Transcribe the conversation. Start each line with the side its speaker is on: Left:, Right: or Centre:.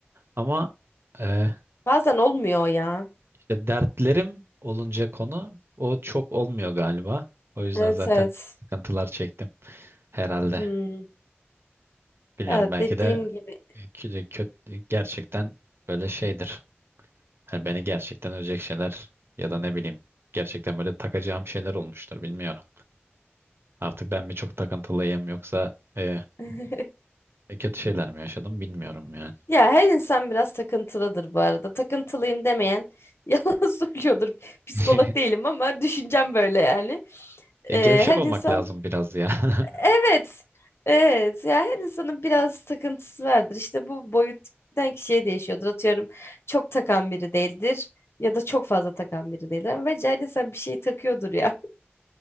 Right: Ama e,
Left: Bazen olmuyor ya.
Right: işte dertlerim olunca konu o çok olmuyor galiba. O yüzden
Left: Evet,
Right: zaten
Left: evet.
Right: sıkıntılar çektim herhalde.
Left: Hmm,
Right: Bilmiyorum
Left: Ya
Right: belki
Left: dediğim
Right: de
Left: gibi.
Right: kötü, kötü gerçekten böyle şeydir. Hani beni gerçekten ölecek şeyler ya da ne bileyim gerçekten böyle takacağım şeyler olmuştur bilmiyorum. Artık ben mi çok takıntılıyım yoksa e,
Left: <laughs>
Right: e, kötü şeyler mi yaşadım bilmiyorum yani.
Left: Ya her insan biraz takıntılıdır bu arada. Takıntılıyım demeyen <laughs> yalan söylüyordur. Psikolog
Right: <laughs>
Left: değilim ama düşüncem böyle yani.
Right: E,
Left: Ee,
Right: gevşek
Left: her
Right: olmak
Left: insan
Right: lazım biraz ya. <laughs>
Left: evet. Evet. Ya her insanın biraz takıntısı vardır. İşte bu boyuttan kişiye değişiyordur. Atıyorum çok takan biri değildir ya da çok fazla takan biri değildir. Ama bence sen bir şey takıyordur ya.